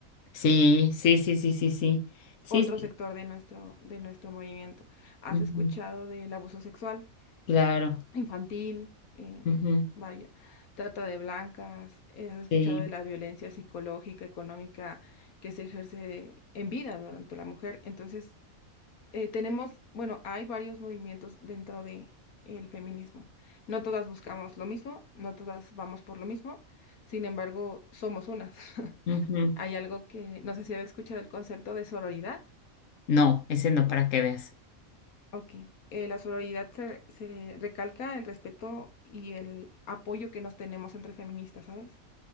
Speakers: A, on the left; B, on the left.
A: Sí, sí, sí, sí, sí, sí. Sí,
B: Otro
A: sí.
B: sector de nuestro, de nuestro movimiento. ¿Has
A: Ujú,
B: escuchado del abuso sexual
A: Claro.
B: infantil? Eh,
A: ujú,
B: vaya, trata de blancas. Eh, ¿Has escuchado
A: Sí.
B: de la violencia psicológica, económica que se ejerce en vida durante la mujer? Entonces, eh, tenemos, bueno, hay varios movimientos dentro de el feminismo. No todas buscamos lo mismo, no todas vamos por lo mismo, sin embargo, somos unas. <laughs>
A: ujú.
B: Hay algo que no sé si habéis escuchado el concepto de sororidad.
A: No, ese no, para que veas.
B: Ok. Eh, la sororidad se, se recalca el respeto y el apoyo que nos tenemos entre feministas, ¿sabes?